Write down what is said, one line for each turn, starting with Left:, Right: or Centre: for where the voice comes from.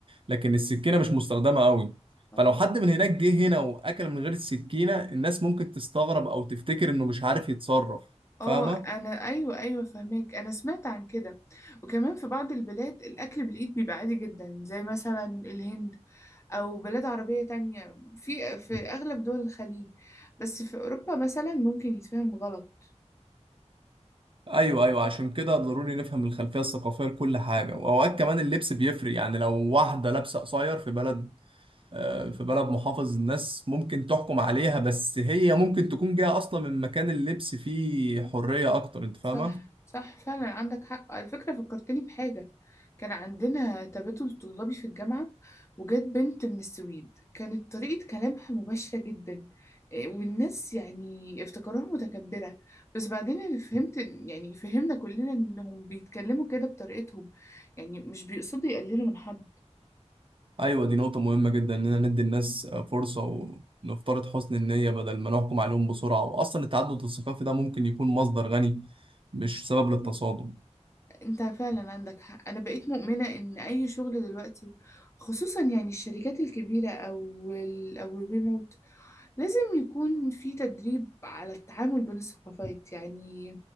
Right: لكن السكينة مش مستخدمة قوي
Left: اه
Right: فلو حد من هناك جه هنا وأكل من غير السكينة الناس ممكن تستغرب أو تفتكر إنه مش عارف يتصرف
Left: آه
Right: فاهمة؟
Left: أنا أيوة أيوة فهماك أنا سمعت عن كده وكمان في بعض البلاد الأكل بالإيد بيبقى عادي جدا زي مثلا الهند او بلاد عربية تانية في في اغلب دول الخليج بس في اوروبا مثلا ممكن يتفهم غلط
Right: أيوه أيوه عشان كده ضروري نفهم الخلفية الثقافية لكل حاجة وأوقات كمان اللبس بيفرق يعني لو واحدة لابسة قصير في بلد آه، في بلد محافظ الناس ممكن تحكم عليها بس هي ممكن تكون جاية أصلا من مكان اللبس فيه حرية أكتر أنت فاهمة؟
Left: صح صح فعلا عندك حق على فكرة فكرتني بحاجة كان عندنا تبادل طلابي في الجامعة وجات بنت من السويد كانت طريقة كلامها مباشرة جدا إيه، والناس يعني افتكروها متكبرة بس بعدين أنا فهمت إن- يعني فهمنا كلنا إنهم بيتكلموا كده بطريقتهم يعني مش بيقصدوا يقللوا من حد
Right: أيوة دي نقطة مهمة جدا إننا ندي الناس آه، فرصة ونفترض حسن النية بدل ما نحكم عليهم بسرعة وأصلا التعدد الثقافي ده ممكن يكون مصدر غني مش سبب للتصادم
Left: أنت فعلا عندك حق أنا بقيت مؤمنة إن أي شغل دلوقتي خصوصا يعني الشركات الكبيرة أو ال أو الريموت لازم يكون في تدريب على التعامل بين الثقافات يعني